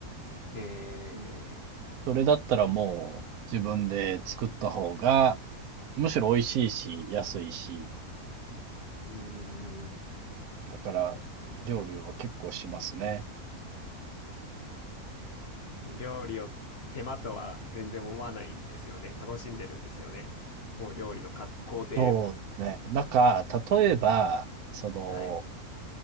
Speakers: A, on the left; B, on the right.
A: ーえ
B: それだったらもう自分で作った方が、むしろ美味しいし、安いし、
A: ー、うー
B: だから料理は結構しますね。
A: ん、料理を手間とは全然思わないんですよね。楽しんでるんですよね。もう料理のか工程も。
B: そうですね。なんか、例えば、その、
A: はい、